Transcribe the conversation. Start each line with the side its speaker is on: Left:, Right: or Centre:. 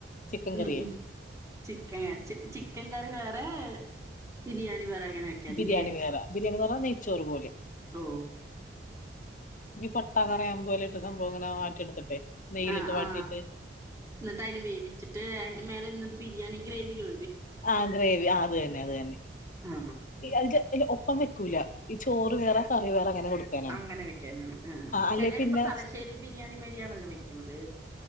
Left: ചിക്കൻ
Right: ഉം
Left: കറിയേ
Right: ഉം ചിക്കൻ ചിക്കൻ കറി വേറെ ബിരിയാ ണി വേറെ അങ്ങനെ വയ്ക്കാനല്ലേ
Left: ബിരിയാണി വേറെ ബിരിയാണി എന്ന് പറഞ്ഞാ നെയ്ച്ചോറ് പോലെ
Right: ഓ
Left: ഈ പട്ടാ കറയാമ്പു എല്ലായിട്ട് സംഭവം ഇങ്ങനെ വാട്ടിയെടുത്തിട്ടെ നെയ്യിലിട്ട്
Right: ആഹ്
Left: വാട്ടിയിട്ട്
Right: ആഹ് എന്നിട്ട് അയിന് വേവിച്ചിട്ട് അയിന് മേലെ <unintelligible> ബിരിയാണി ഗ്രേവിയൊ
Left: ആഹ് ഗ്രേവി ആ അതന്നെ അതന്നെ
Right: ആ
Left: ഈ അതിന്റെ <unintelligible> ഒപ്പം വെക്കൂല ഈ ചോ വേറെ കറി വേറെ അങ്ങനെ കൊടുക്കാനാണ്
Right: അങ്ങനെ വെക്കാന ആ
Left: അല്ലെ
Right: ചെലരിപ്പ
Left: പിന്നെ
Right: തലശ്ശേരി ബിരിയാണിമാരിയാണല്ലോ വെക്കണത്